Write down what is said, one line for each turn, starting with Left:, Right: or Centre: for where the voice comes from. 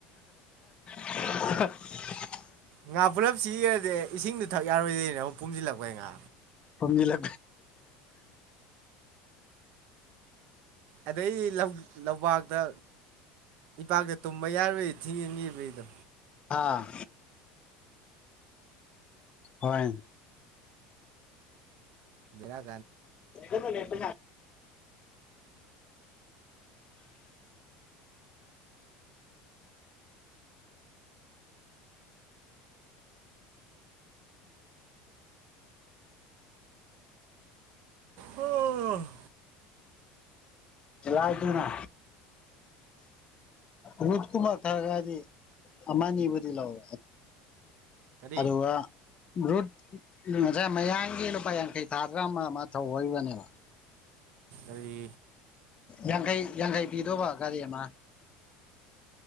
Left: <inaudible>
Right: ꯉꯥ ꯄꯨꯂꯞ ꯁꯤꯈ꯭ꯔꯗꯤ ꯏꯁꯤꯡꯗꯨ ꯊꯛ ꯌꯥꯔꯣꯏꯗꯣꯏꯅ ꯑꯃꯨꯛ ꯄꯨꯨꯝꯁꯤꯜꯂꯛꯄꯩ ꯉꯥ
Left: ꯊꯅꯤ ꯂꯦ
Right: ꯑꯗꯩ ꯂꯄꯥꯛꯥꯛ ꯑꯗ ꯏꯄꯥꯛꯇ ꯇꯨꯝꯕ ꯌꯥꯔꯣꯏ ꯏ ꯊꯤꯡ ꯏꯟꯈꯤꯕꯩꯗꯣ
Left: ꯍꯥꯥ ꯍꯣꯏ
Right: ꯕꯤꯔ
Left: ꯑꯗꯨ ꯄꯨ
Right: ꯎꯝ
Left: ꯂꯅꯥ ꯔꯨꯗꯀꯨꯃꯔ ꯊꯔꯒꯅꯤ ꯑꯃꯅꯤꯕꯗꯤ ꯂꯑꯣ
Right: ꯀꯔꯤ
Left: ꯑꯗꯨꯒ ꯔꯣꯠ ꯉꯁꯥꯏ ꯃꯌꯥꯡꯒꯤ ꯂꯨꯄꯥ ꯌꯥꯡꯈꯩ ꯊꯥꯗ꯭ꯔꯥ ꯑꯃ ꯑꯃ ꯊꯧꯔꯤꯕꯅꯦꯕ
Right: ꯑꯗꯨ
Left: ꯌꯥꯡꯈꯩ ꯌꯥꯡꯈꯩ ꯄꯤꯗꯧꯕ ꯒꯥꯔꯤ ꯑꯃ